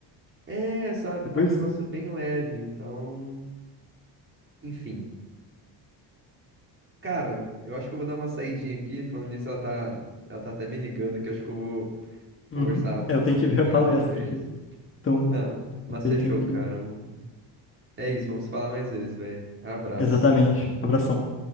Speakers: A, on the right; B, on the left.
A: É, sabe?
B: Tipo
A: Tá
B: isso?
A: um negócio bem leve. Então, enfim. Cara, eu acho que eu vou dar uma saidinha aqui. Falando nisso, ela tá, ela tá até me ligando aqui. Acho que eu vou conversar
B: Uhum.
A: um
B: É,
A: pouquinho
B: eu tenho que ver
A: com
B: a
A: ela,
B: palestra
A: mas.
B: aqui. Então,
A: Não, mas
B: também
A: fechou,
B: tenho que.
A: cara. Um- É isso, vamos se falar mais vezes, velho. Abraço.
B: Exatamente. Abração.